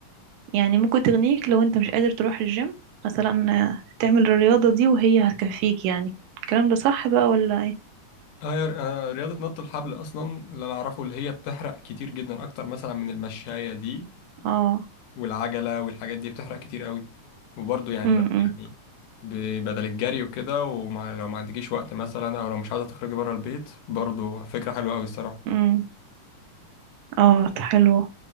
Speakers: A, on the right; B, on the left.
A: يعني ممكن تغنيك لو انت مش قادر تروح الجيم مثلا آه، تعمل الرياضة دي وهي هتكفيك يعني الكلام ده صح بقى ولا ايه
B: آه، يا- آه، رياضة نط الحبل أصلا اللي أنا أعرفه اللي هي بتحرق كتير جدا أكتر مثلا من المشاية دي
A: اه
B: والعجلة والحاجات دي بتحرق كتير قوي وبرضه يعني
A: امم
B: بقى يعني ب- بدل الجري وكده ولو ما عندكيش وقت مثلا او لو مش عاوزة تخرجي بره البيت برضه فكرة حلوة قوي الصراحة
A: امم اه حلو